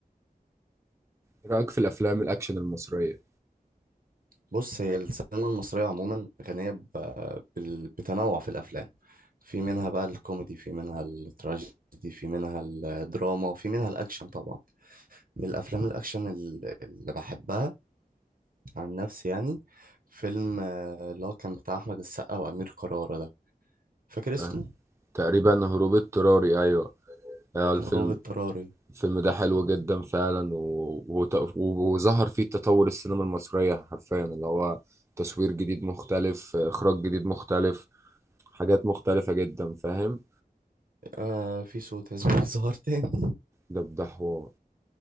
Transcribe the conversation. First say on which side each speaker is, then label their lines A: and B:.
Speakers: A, on the right; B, on the right.
A: إيه رأيك في الافلام الاكشن المصرية
B: بص هي السينما المصرية عموما غنية ب- بال- بتنوع في الأفلام في منها بقى الكوميدي في منها التراجيدي في منها الدراما في منها الأكشن طبعا من الأفلام الأكشن ال- اللي بحبها عن نفسي يعني فيلم آه، اللي هو كان بتاع أحمد السقا وأمير كرارة ده فاكر اسمه؟
A: آه. تقريبا هروب اضطراري ايوه اه الفيلم
B: غروب اضطراري
A: الفيلم ده حلو جدا فعلا و... وت... و- وظهر فيه تطور السينما المصرية حرفيا اللي هو تصوير جديد مختلف إخراج جديد مختلف حاجات مختلفة جدا فاهم
B: آه في صوت عزيز <laughs> ظهر تاني
A: ده ده حوار